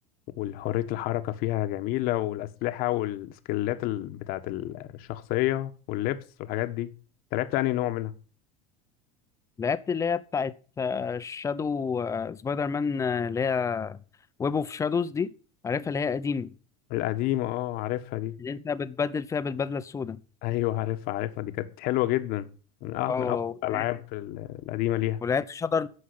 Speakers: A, on the left (about 60°); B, on the left (about 20°).
A: وحرية الحركة فيها جميلة والأسلحة والسكيلات ال- بتاعة الشخصية واللبس والحاجات دي انت لعبت تاني نوع منها
B: لعبت اللي هي بتاعت آه، شادو آه، سبايدر مان آه، اللي هي ويب اوف شادوز دي عارفها اللي هي قديمه
A: القديمة اه عارفها دي
B: اللي انت بتبدل فيها بالبدله السوداء
A: ايوه عارفها عارفها دي كانت حلوة جدا من أه
B: اه
A: من أفضل
B: ولعبت
A: الألعاب ال- القديمة ليها
B: ولعبت شاتر